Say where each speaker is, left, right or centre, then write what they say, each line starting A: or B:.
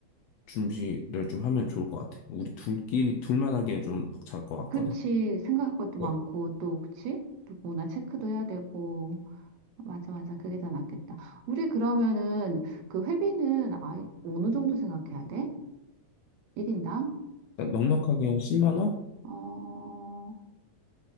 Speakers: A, on the left; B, on the right.
A: 준비를 좀 하면 좋을 것 같아. 우리 둘끼리, 둘만 하기엔 좀 벅찰 것 같거든.
B: 그치. 생각할 것도 많고,
A: 네.
B: 또, 그치? 누구나 체크도 해야 되고. 맞아, 맞아. 그게 더 낫겠다. 우리 그러면은 그 회비는 아, 어느 정도 생각해야 돼? 1인당?
A: 그러니까 넉넉하게 한 10만 원?
B: 어,